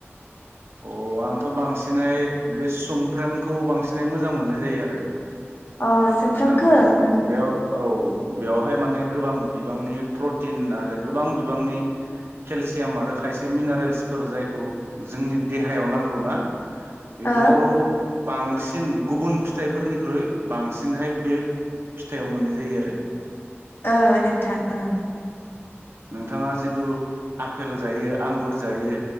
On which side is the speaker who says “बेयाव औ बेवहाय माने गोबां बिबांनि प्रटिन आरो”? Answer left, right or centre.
Right